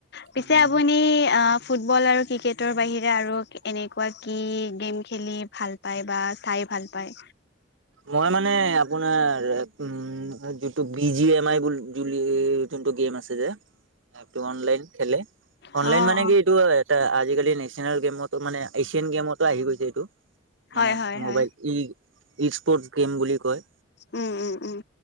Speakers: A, on the left (about 55°); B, on the right (about 75°).
A: পিছে
B: উম
A: আপুনি অ'। ফুটবল আৰু ক্ৰিকেটৰ বাহিৰে আৰু, এনেকুৱা কি গেম খেলি ভাল পায় বা চাই ভাল পায়।
B: মই মানে আপোনাৰ, উম, যিটো বি জি এম আই বুলি যোনটো গেম আছে যে, এইটো অনলাইন খেলে, অনলাইন
A: অ',
B: মানে
A: অ',
B: কি এইটো তা আজিকালি নেচনেল গেমতো মানে, এছিয়ান গেমতো আহি গৈছে এইটো,
A: হয়,
B: মানে
A: হয়,
B: মোবাইল
A: হয়,
B: ই। ই-স্পৰ্ট গেম বুলি কয়।
A: উম, উম, উম।